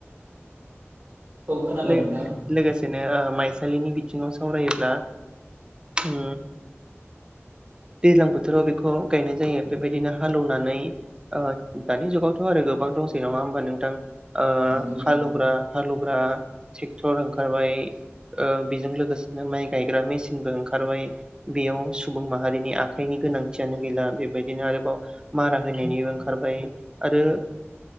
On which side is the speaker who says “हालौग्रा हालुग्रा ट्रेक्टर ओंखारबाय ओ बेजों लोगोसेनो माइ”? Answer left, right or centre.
Right